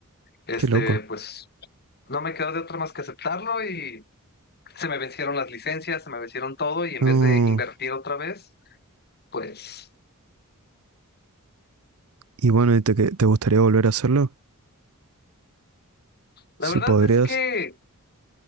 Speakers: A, on the left; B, on the right.
A: este,
B: qué loco.
A: pues no me quedó de otra más que aceptarlo y se me vencieron las licencias, se me vencieron todo y en
B: No,
A: vez de invertir otra vez, pues
B: y bueno, ¿y te, que- te gustaría volver a hacerlo?
A: la
B: Si
A: verdad
B: podrías.
A: es que